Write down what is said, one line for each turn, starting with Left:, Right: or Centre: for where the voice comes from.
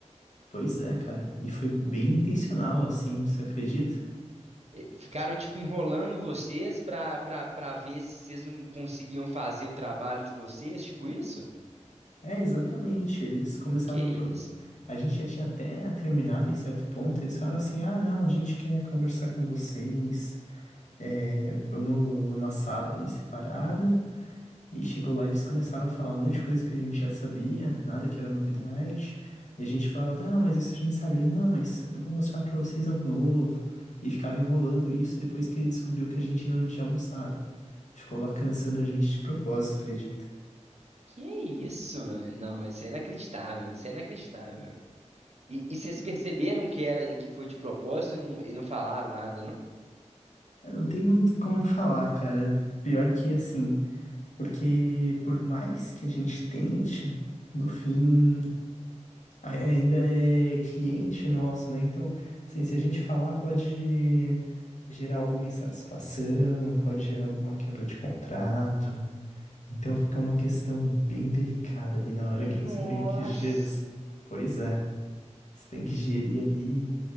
Left: Pois é, cara. E foi bem intencional, assim, você acredita?
Right: E Ficaram, tipo, enrolando vocês pra, pra, pra ver se vocês não conseguiam fazer o trabalho de vocês, tipo isso?
Left: É, exatamente. Eles começaram
Right: Que isso?
Left: pro... A gente já tinha até terminado em certo ponto. Eles falaram assim: ah, não, a gente quer conversar com vocês. É, vamos numa sala ali separada. E chegou lá, eles começaram a falar um monte de coisa que a gente já sabia, nada que era novidade. E a gente falava: não, mas isso a gente sabe. E, não, mas eu vou mostrar pra vocês algo novo. E ficava enrolando isso depois que ele descobriu que a gente ainda não tinha almoçado. Ficou lá cansando a gente de propósito, acredita?
Right: Que isso? Não, isso é inacreditável, isso é inacreditável. E, e vocês perceberam que era que foi de propósito e não, e não falaram nada, não?
Left: Eu Não tem muito como falar, cara. Pior que assim, porque por mais que a gente tente, no fim, a- ainda é cliente nosso, né? Então, assim, se a gente falar, pode gerar alguma insatisfação, pode gerar alguma quebra de contrato. Então, fica uma questão bem delicada ali na
Right: Nossa.
Left: hora que você tem que gerir. Pois é, você tem que gerir ali.